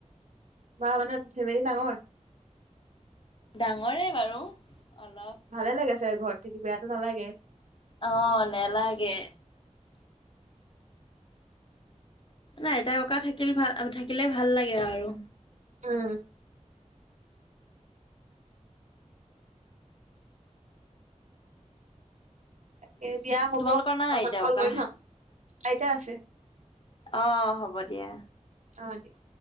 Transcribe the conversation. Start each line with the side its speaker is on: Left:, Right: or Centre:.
Right: মা মানে ফেমিলি ডাঙৰ।
Left: ডাঙৰে বাৰু অলপ
Right: ভালে লাগে চাগে ঘৰত থাকি বেয়াটো নালাগে।
Left: অ নেলাগে। নাই আইতা ককা থাকিলে ভাল থাকিলে ভাল লাগে আৰু
Right: উম। তাকে দিয়া হ'ব
Left: তোমালোকৰ নাই
Right: পাছত
Left: আইতা
Right: কল
Left: ককা?
Right: কৰিম ন আইতা আছে।
Left: অ অ হ'ব দিয়া।
Right: হ দিয়া।